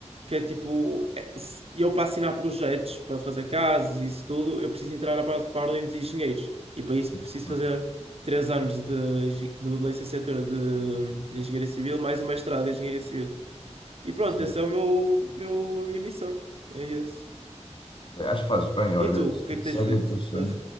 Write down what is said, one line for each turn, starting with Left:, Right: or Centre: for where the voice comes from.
Right: que é tipo, é- se- eu para assinar projetos, para fazer casas e isso tudo, eu preciso entrar na pa- para a Ordem dos Engenheiros. E para isso
Left: Sim,
Right: preciso
Left: claro.
Right: fazer três anos de, engi- de licenciatura de hum, Engenharia Civil, mais o mestrado em Engenharia Civil. E pronto,
Left: Sim.
Right: essa é o meu, meu, a minha missão. É isso.
Left: Ok, Acho que fazes bem, olha,
Right: E tu, o que é que
Left: segue
Right: tens feito
Left: o teu sonho.
Right: da,